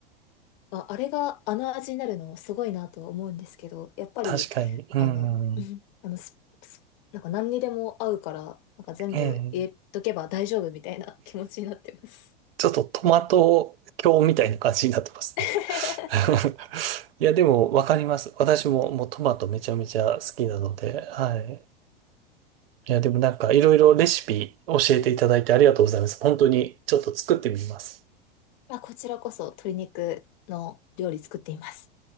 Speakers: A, on the left; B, on the right.
A: あ、あれがあの味になるのすごいなとは思うんですけど、やっぱり、
B: 確かに。うんうん。
A: あの、うんあのすすなんか何にでも合うから、なんか全部入れとけば大丈夫みたいな気持ちになってます。
B: えー、ちょっとトマト教みたいな感じになってますね。
A: <laughs>
B: <laughs> いや、でも、わかります。私も、もうトマトめちゃめちゃ好きなので、はい。いや、でもなんか、いろいろレシピ教えていただいてありがとうございます。本当に、ちょっと作ってみます。
A: あ、こちらこそ鶏肉の料理作っています。